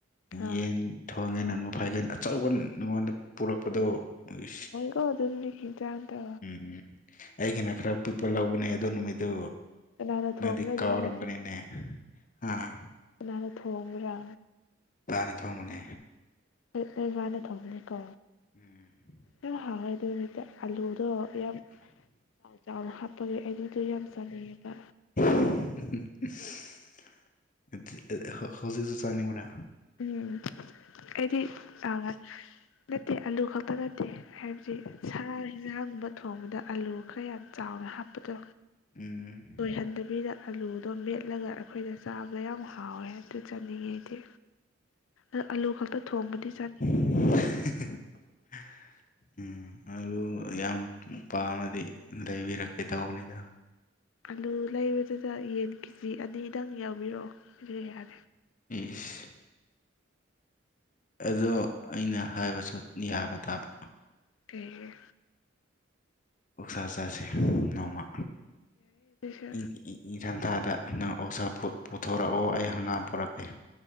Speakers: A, on the left; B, on the left.
A: ꯑꯥ
B: ꯌꯦꯟ ꯊꯣꯡꯉꯦꯅ ꯃꯐꯥꯏꯒꯟ ꯑꯆꯧꯕ ꯉꯣꯟꯗ ꯄꯨꯔꯛꯄꯗꯣꯒꯤ
A: ꯀꯣ ꯑꯗꯨꯦꯦ ꯆꯗ
B: ꯎꯝ ꯎꯝ ꯑꯩꯒꯤꯅ ꯈꯔ ꯄꯤꯛꯄ ꯂꯧꯕꯅꯦ ꯑꯗꯣ ꯅꯨꯃꯤꯠꯇꯨ
A: ꯀꯅꯥꯅ ꯊꯣꯡꯕ꯭ꯔꯥ
B: ꯅꯗꯤ
A: ꯑꯗꯨ
B: ꯀꯥ
A: ꯅꯨꯃꯤꯠꯇꯣ
B: ꯋꯥꯔꯒꯅꯤꯅꯦ ꯑꯥ
A: ꯀꯅ ꯊꯣꯡꯕ꯭ꯔꯥ
B: ꯇꯥꯅꯦ ꯊꯣꯡꯕꯅꯦ
A: ꯅꯣꯏ ꯋꯥꯕꯥꯅ ꯊꯣꯡꯕꯅꯤꯀꯣ
B: ꯎꯝ
A: ꯀꯗꯥꯢꯗꯒꯤ ꯑꯗ ꯑꯂꯨꯗꯣ ꯌꯥꯝ ꯆꯥꯎ ꯆꯥꯎꯅ ꯍꯥꯞꯄꯒꯤ ꯑꯂꯨꯗꯣ ꯌꯥꯝ ꯆꯥꯅꯤꯉꯦꯕ
B: <unintelligible> ꯑꯗꯨꯗꯤ ꯑ ꯍꯧꯖꯤꯛꯁꯨ ꯆꯥꯅꯤꯡꯕꯔꯥ
A: ꯎꯝ ꯑꯩꯗꯤ ꯑꯥ ꯅꯠꯇꯦ ꯑꯂꯨ ꯈꯛꯇ ꯅꯠꯇꯦ ꯍꯥꯏꯕꯗꯤ ꯁꯥ ꯍꯦꯟꯖꯥꯡꯒꯨꯝꯕ ꯊꯣꯡꯕꯗ ꯑꯂꯨ ꯈꯔ ꯌꯥꯝ ꯆꯥꯎꯅ ꯍꯥꯞꯄꯗꯣ
B: ꯎꯝ
A: ꯇꯣꯏꯍꯟꯗꯕꯤꯗ ꯑꯂꯨꯗꯣ ꯃꯦꯠꯂꯒ ꯑꯩꯈꯣꯏꯗ ꯆꯥꯕꯗꯣ ꯌꯥꯝ ꯍꯥꯎꯋꯦ ꯑꯗꯨ ꯆꯥꯅꯤꯡꯉꯦ ꯑꯩꯗꯤ ꯑ ꯑꯥꯂꯨ ꯈꯛꯇ ꯊꯣꯡꯕꯗꯤ ꯆꯥꯅꯤꯡ
B: <inaudible> ꯎꯝ ꯑꯂꯨ ꯌꯥꯝ ꯄꯥꯝꯃꯗꯤ ꯂꯩꯕꯤꯔꯛꯀꯦ ꯇꯧꯕꯅꯤꯗ
A: ꯑꯂꯨ ꯂꯩꯕꯗꯨꯗ ꯌꯦꯟ ꯀꯦꯖꯤ ꯑꯅꯤꯗꯪ ꯌꯥꯎꯕꯤꯔꯛꯑꯣ ꯀ꯭ꯔꯤ ꯍꯥꯏ
B: ꯏꯁ ꯑꯗꯨ ꯑꯩꯅ ꯍꯥꯏꯕꯁꯨ ꯌꯥꯕ ꯇꯥꯕ
A: ꯀꯩ
B: ꯑꯣꯛꯁꯥ ꯆꯥꯁꯦ ꯅꯣꯡꯃ
A: ꯌꯥꯏ ꯌꯥꯏꯌꯦ ꯑꯗꯨꯁꯨ
B: ꯏꯪ ꯏ ꯏꯪꯊꯝꯊꯥꯗ ꯅꯪ ꯑꯣꯛꯁꯥ ꯐꯨ ꯄꯨꯊꯣꯔꯛꯑꯣ ꯑꯩ ꯍꯪꯒꯥꯝ ꯄꯨꯔꯛꯀꯦ